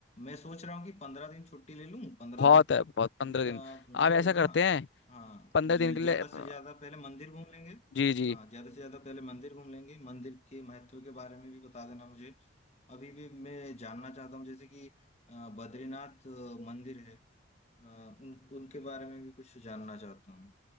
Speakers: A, on the left; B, on the left.
A: मैं सोच रहा हूँ कि पंद्रह दिन छुट्टी ले लूँ पंद्रह
B: बहुत
A: दिन
B: है बहुत पंद्रह
A: का
B: दिन
A: घूमेंगे
B: आप ऐसा
A: वहाँ
B: करते हैं
A: हाँ
B: पंद्रह
A: ज-
B: दिन के
A: ज्यादा
B: लिए अ,
A: से ज्यादा पहले मंदिर घूम लेंगे
B: जी जी
A: हाँ ज्यादा से ज्यादा पहले मंदिर घूम लेंगे मंदिर के महत्व के बारे में भी बता देना मुझे अभी भी मैं जानना चाहता हूँ जैसे कि अ, बद्रीनाथ अ, मंदिर है अ, उन उनके बारे में भी कुछ जानना चाहता हूँ